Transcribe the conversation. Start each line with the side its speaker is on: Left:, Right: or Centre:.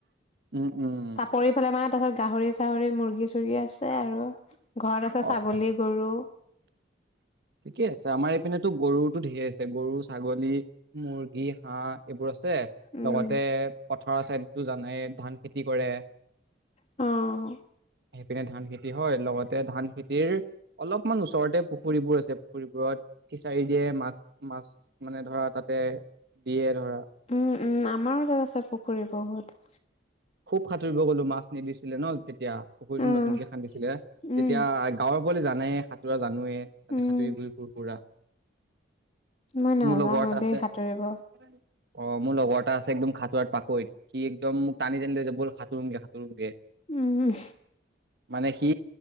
Right: উম, উম।
Left: চাপৰিফালে মানে ত গাহৰি-চাহৰি মুৰ্গী-চৰ্গী আছে।
Right: <unintelligible>
Left: আৰু ঘৰত আছে
Right: অ
Left: ছাগলী
Right: অ
Left: গৰু।
Right: ঠিকেই আছে আমাৰ এইপিনেতো গৰুতো ধেৰ আছে গৰু-ছাগলী, মুৰ্গী-হাঁহ। এইবোৰ আছে
Left: উম
Right: লগতে পথাৰৰ চাইডো জনায়ে ধান খেতি কৰে।
Left: অ',
Right: পিনে ধান খেতি হয় লগতে ধান খেতিৰ অলপমান ওচৰতে পুখুৰীবোৰ আছে। পুখুৰীবোৰত ফিচাৰি দিয়ে, মাছ -মাছ মানে ধৰা তাতে দিয়ে ধৰা।
Left: উম-উম, আমাৰো তাত আছে পুখুৰী বহুত।
Right: খুব সাঁতুৰিব গলো, মাছ নিদিছিলে ন তেতিয়া পুখুৰীতো
Left: উম
Right: নতুনকে খান্দিছিলে।
Left: উম
Right: তেতিয়া গাঁৱৰ- জানে, সাঁতোৰা জানোৱে তাতে
Left: উম
Right: সাঁতুৰি ঘুৰি ফুৰো পোৰা।
Left: মই নাজানো
Right: মোৰ লগৰ এটা
Left: দেই
Right: আছে।
Left: সাঁতুৰিব
Right: অঁ,
Left: অ',
Right: মোৰ লগৰ এটা আছে একদম সাঁতোৰাত পাকৈত। সি একদম মোক- টানি, টানি লৈ যায় বল সাঁতোৰোগে সাঁতোৰোগে।
Left: উম, উম।
Right: মানে সি